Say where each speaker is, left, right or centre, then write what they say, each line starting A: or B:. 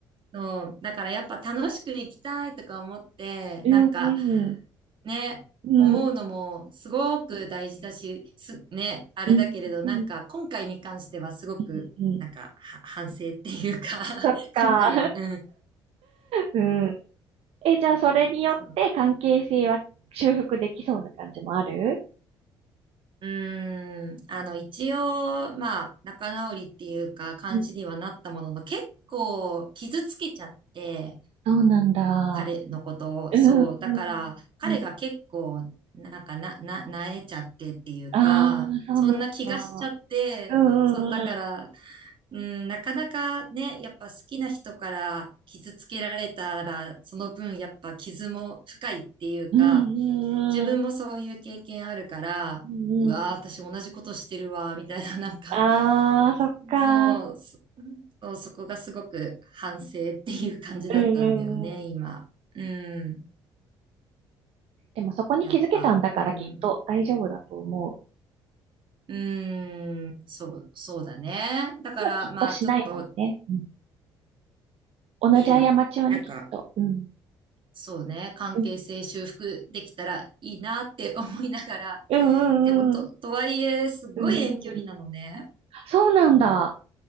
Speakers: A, on the right; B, on the right.
A: そうだからやっぱ楽しく生きたいとか思って、なんか
B: うんうん。
A: ね、
B: うん
A: 思うのもすごく大事だし、す、ね、あれだけれど、
B: うんうんうん。
A: なんか今回に関してはすごく、
B: うんうん
A: なんかは反省っていうか
B: ああそっか。
A: <laughs> 今回は、うん。
B: うん。え、じゃあそれによって関係性は修復できそうな感じもある
A: そううーん、あの、一応、まあ、仲直りっていうか、感じにはなったものの、
B: うん。
A: 結構傷つけちゃって、
B: そうなんだ。
A: 彼のことを。
B: うんうん
A: そう。だから、彼が結構、
B: うん。
A: なんかな、な、なえちゃってっていうか、
B: ああ、そうなんだ。
A: そんな気がしちゃって、
B: うんうんうん。
A: そう、だから、うん、なかなかね、やっぱ好きな人から傷つけられたら、その分やっぱ傷も深いっていうか、
B: うんうんうん。
A: 自分もそういう経験あるから、
B: うんうんう
A: うわー、私同じことしてるわ、みたいな、なんか、
B: ん。ああ、そっか。
A: そう、そそうそこがすごく反省っていう感じだったんだよね、
B: うんうんうん。
A: 今。うん。
B: でもそこに気づけたんだからきっと大丈夫だと思う。
A: やっぱ、うん。うーん、そう、そうだね。だから、
B: もうきっとしないもんね。
A: まあ、ちょっと、
B: うん、同じ過ちはね、
A: いい、なんか、
B: きっと。うん。
A: そうね、関係性修復できたらいいなって思いながら、
B: うん。うんうんうん。
A: でも、と、とはいえ、すごい遠距離なのね。
B: うんうんうん。そうなんだ。